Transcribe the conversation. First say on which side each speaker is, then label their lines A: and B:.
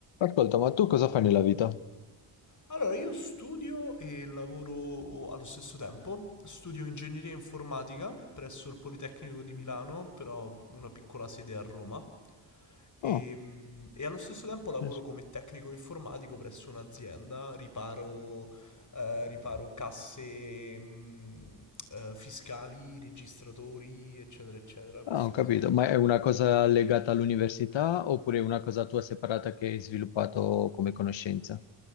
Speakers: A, on the left (about 75°); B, on the left (about 40°).
A: Ascolta, ma tu cosa fai nella vita?
B: Allora, io studio e lavoro allo stesso tempo. Studio ingegneria informatica presso il Politecnico di Milano, però una piccola sede a Roma. E,
A: Oh,
B: mm, e allo stesso tempo lavoro
A: yes.
B: come tecnico informatico presso un'azienda, riparo, eh, riparo casse, mm, eh, fiscali, registratori, eccetera, eccetera, queste
A: ah, ho capito.
B: cose qui.
A: Ma è una cosa legata all'università oppure è una cosa tua separata che hai sviluppato come conoscenza?